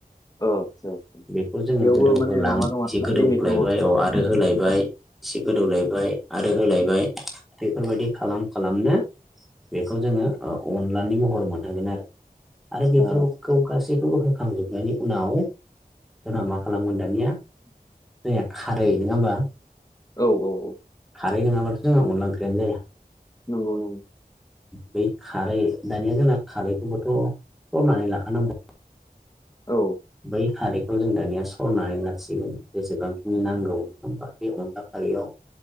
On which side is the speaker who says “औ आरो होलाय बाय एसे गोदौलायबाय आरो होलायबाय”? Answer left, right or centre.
Centre